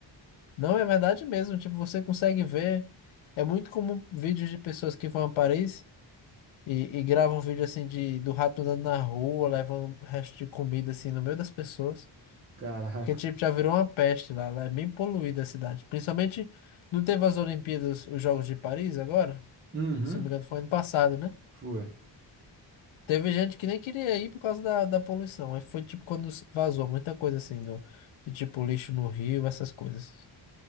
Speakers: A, on the left; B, on the right.
A: Não, é verdade mesmo. Tipo, você consegue ver. É muito comum vídeos de pessoas que vão a Paris. E, e grava um vídeo assim de do rato andando na rua, levando um resto de comida assim no meio das pessoas.
B: Caraca.
A: Porque tipo, já virou uma peste lá, lá é bem poluída a cidade. Principalmente não teve as Olimpíadas, os Jogos de Paris agora?
B: Uhum,
A: Se não me engano, foi ano passado, né?
B: foi.
A: Teve gente que nem queria ir por causa da, da poluição. Aí foi tipo quando vazou muita coisa assim, do, de tipo lixo no rio, essas coisas.